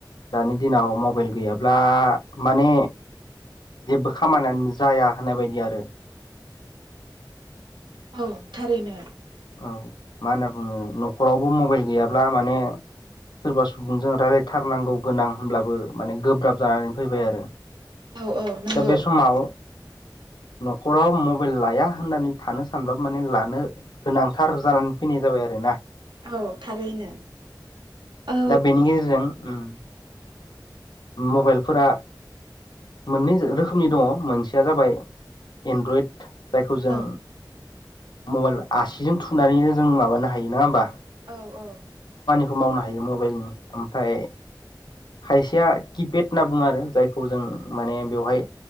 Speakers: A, on the left; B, on the right.
A: दानि दिनाव मबाइल गैयाब्ला माने जेबो खामानियानो जाया होननाय बायदि आरो
B: औ थारैनो
A: औ मा होनना बुङो न'खरावबो मबाइल गैयाब्ला माने सोरबा सुबुंजों रायलायथारनांगौ गोनां होनब्लाबो माने गोब्राब जानानै फैबाय आरो
B: औ औ नंगौ
A: दा बे समाव न'खराव मबाइल लाया होननानै थानो सानब्ला माने लानो गोनांथार जानानै फैनाय जाबाय आरो ना
B: औ थारैनो औ
A: दा बेनि गेजेरजों उम मबाइलफोरा मोननै रोखोमनि दङ मोनसेया जाबाय एन्ड्रइड जायखौ जों
B: औ
A: मबाइल आसिजों थुनानैनो जों माबानो हायो नङा होमबा
B: औ औ
A: खौ मावनो हायो मबाइलनि ओमफ्राय खायसेया किपेड होनना बुङो आरो जायखौ जों माने बेवहाय